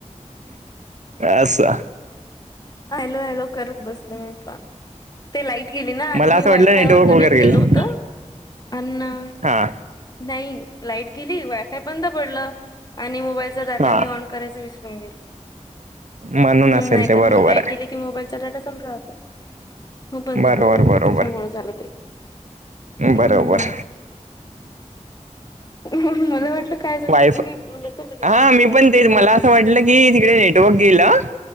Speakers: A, on the right (about 70°); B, on the left (about 30°).
A: असचछा
B: हॅलो हॅलो करत बसले मी पण ते लाईट गेली ना आणि
A: मला
B: मी
A: असं वाटलं
B: वायफायवरर
A: नेटवर्क
B: कनेक्ट
A: वगैरे
B: केलं
A: गेलं
B: होत अ्.
A: हा
B: नाही लाईट गेली वायफाय बंद पडलं आणि मोबाईल डाटा
A: हा
B: मी ऑन करायच विसरून गेले.
A: म्हणून
B: हम्
A: असेल
B: नाहीतर
A: ते बरोबर
B: मग लाईट
A: आहे
B: गेली. कि मोबाईलचा डाटा चाल राहता बंद
A: बरोबर
B: पडलं होत
A: बरोबर
B: त्याच्यामुळे झालं ते
A: बरोबर.
B: हम्म मला वाटलं काय झालं
A: वाईफ
B: मी नंतर बघितलं
A: हा
B: अरे
A: मी
B: लाईट
A: पण तेच
B: गेली
A: मला
B: म्हटलं
A: असं वाटलं की तिकडे नेट नेटवर्क गेलं